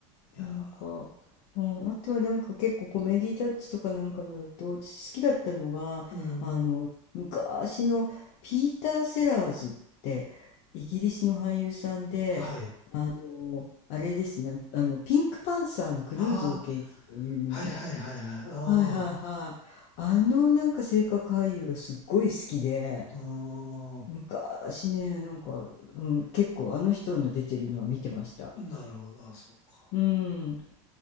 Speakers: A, on the left; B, on the left.
A: いや
B: なんか、うん、あとはなんか結構コメディタッチとかなんかのだと私好きだったのがあの昔のピーター・
A: ー、うん。
B: セラーズってイギリスの俳優さんであのあれですねあのピンクパンサーのクルーゾー刑事で有名な
A: はい。ああ、はいはいはいはい。あ
B: はいはいはいあのなんか性格俳優がすっごい好きで
A: あ、うー
B: 昔ねなんか、うん、結構あの人の出てるのは見てました。
A: ん。なるほど。あ、そうか。
B: うん、